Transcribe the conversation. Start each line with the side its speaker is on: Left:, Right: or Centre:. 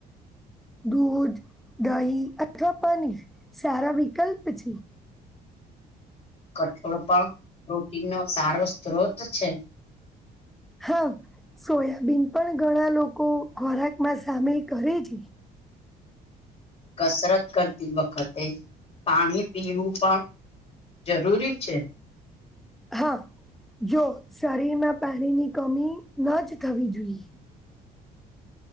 Centre: દૂધ દહી અથવા પાની સારા વિકલ્પ છે.
Left: કઠોળ પણ પ્રોટીન નો સારો સ્ત્રોત છે.
Centre: હા સોયાબીન પણ ઘણા લોકો ખોરાક માં સામેલ કરે છે.
Left: કસરત કરતી વખતે પાણી પીવું પણ જરૂરી છે.
Centre: હા જો શરીરમાં પાણીની કમી ન જ થવી જોઈએ.